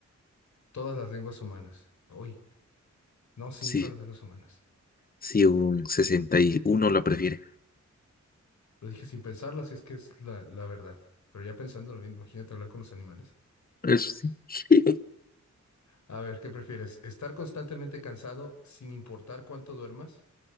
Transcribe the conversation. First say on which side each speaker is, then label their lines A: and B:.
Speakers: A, on the left (about 70°); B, on the left (about 30°).
A: Todas las lenguas humanas. Uy, no, sí,
B: Sí,
A: todas las lenguas humanas.
B: si un 61 la prefiere.
A: Lo dije sin pensarlo, así es que es la, la verdad. Pero ya pensándolo bien, imagínate hablar con los animales.
B: Eso sí.
A: A ver, ¿qué prefieres? ¿Estar constantemente cansado sin importar cuánto duermas?